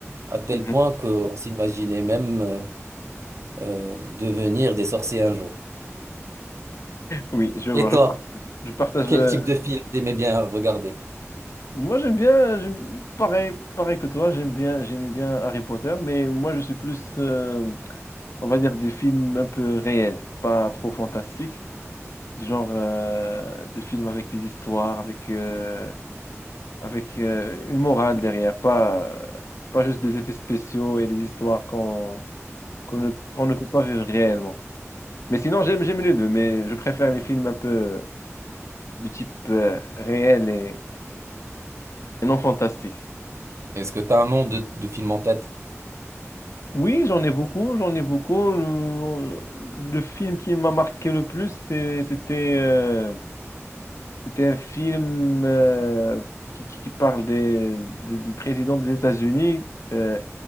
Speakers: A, on the right; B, on the left.
A: à tel
B: Mhm.
A: point qu'on s'imaginait même euh, euh, devenir des sorciers un jour.
B: Oui, je vois,
A: Et toi,
B: je, par- je partage.
A: quel
B: euh,
A: type de film t'aimais bien regarder?
B: Moi, j'aime bien, j'aime- pareil, pareil que toi, j'aime bien, j'aimais bien Harry Potter, mais moi, je suis plus, euh, on va dire, des films un peu réels, pas trop fantastiques, du genre euh, des films avec des histoires, avec, euh, avec euh, une morale derrière, pas, pas juste des effets spéciaux et des histoires qu'on qu'on ne, qu'on ne peut pas vivre réellement. Mais sinon, j'aime, j'aime les deux, mais je préfère les films un peu du type euh, réel et, et non fantastique.
A: Est-ce que t'as un nom de, de film en tête?
B: Oui, j'en ai beaucoup, j'en ai beaucoup. Le, le film qui m'a marqué le plus, c'est- c'était euh, c'était un film euh, qui, qui- qui parle des, de- du président des États-Unis, euh,